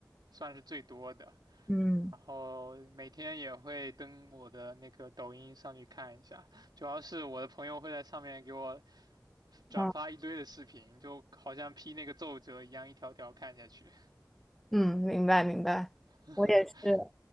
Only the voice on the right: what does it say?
算是最多的，
然后每天也会登我的那个抖音上去看一下，主要是我的朋友会在上面给我转发一堆的视频，
就好像批那个奏折一样，一条条看下去。
<laughs>